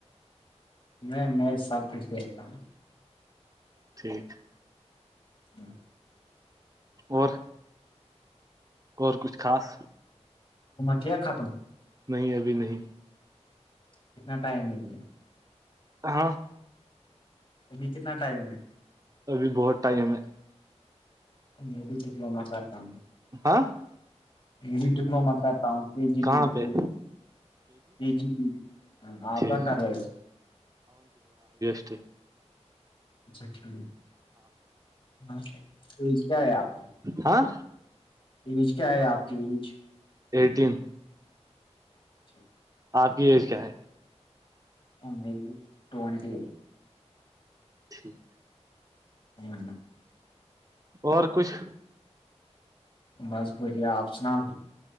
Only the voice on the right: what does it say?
ٹھیک
اور اور کچھ خاص
نہیں ابھی نہیں
ہاں
ابھی بہت ٹائم ہے
ہاں
کہاں
پہ
ٹھیک
جی
ہاں
ایٹین
آپ کی ایج کیا ہے
ٹھیک
اور کچھ